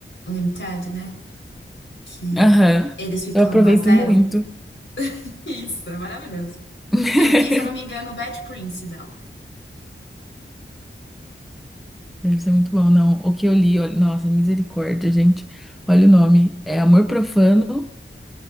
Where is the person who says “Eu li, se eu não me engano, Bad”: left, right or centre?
Left